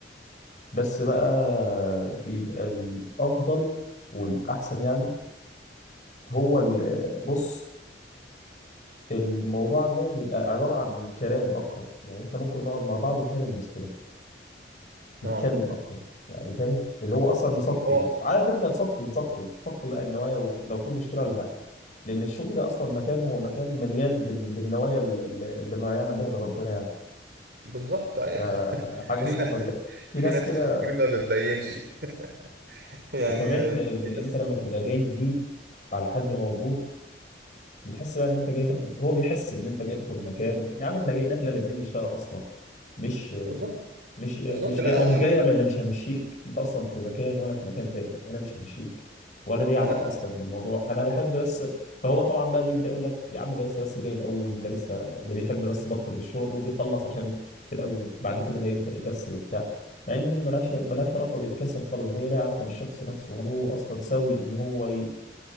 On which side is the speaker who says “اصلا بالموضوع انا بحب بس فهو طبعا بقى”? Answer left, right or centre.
Left